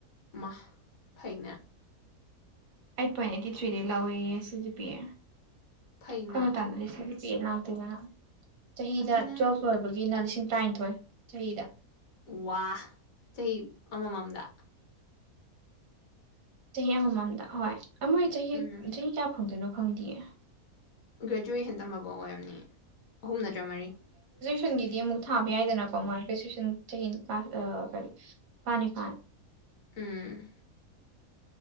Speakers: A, on the left; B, on the right.
A: ꯃꯥꯥꯥ ꯐꯩꯅꯦ
B: ꯑꯥꯏꯠ ꯄꯣꯏꯟ ꯑꯥꯏꯠꯇꯤ ꯊ꯭ꯔꯤꯗꯩ ꯂꯧꯋꯦꯌꯦ ꯁꯤꯁꯤꯄꯤꯌꯦ
A: ꯐꯩꯅ
B: ꯈꯣꯏ ꯃꯇꯝꯇꯗꯤ ꯁꯤꯖꯤ <unintelligible> ꯆꯍꯤꯗ
A: ꯑꯗꯨꯅꯦ
B: ꯇꯨꯋꯦꯜꯐ
A: ꯍꯥꯏꯁꯦ
B: ꯂꯣꯏꯕꯒꯤꯅꯥ ꯂꯤꯁꯤꯡ ꯇꯔ꯭ꯥꯏꯟꯊꯣꯏ ꯆꯍꯤꯗꯥ
A: ꯋꯥ ꯆꯍꯤ ꯑꯃ ꯃꯝꯗ
B: ꯆꯍꯤ ꯑꯃꯃꯝꯗ ꯍꯣꯏ <unintelligible> ꯃꯣꯏ ꯆꯍꯤ
A: ꯎꯝ
B: ꯆꯍꯤ ꯀꯌꯥ ꯐꯪꯗꯣꯏꯅꯣ ꯐꯪꯗꯤꯌꯦ
A: ꯭ꯒꯔꯦꯖꯨꯌꯦꯁꯟ ꯇꯝꯃꯛ <inaudible> ꯍꯣꯏꯃꯤ ꯑꯍꯨꯝ ꯅꯠꯇ꯭ꯔ ꯃꯔꯤ
B: ꯃꯊꯪ ꯒꯤꯗꯤ ꯑꯃꯨꯛ ꯊꯥꯕ ꯌꯥꯏꯗꯅꯀꯣ ꯃꯔꯀꯤꯡ ꯁꯨꯏꯁꯇꯤꯑꯣꯟ ꯆꯍꯤ ꯅꯤꯄꯥꯜ ꯀꯔꯤ ꯇꯥ ꯅꯤꯄꯥꯜ ꯅꯤꯄꯥꯜ
A: ꯑꯝ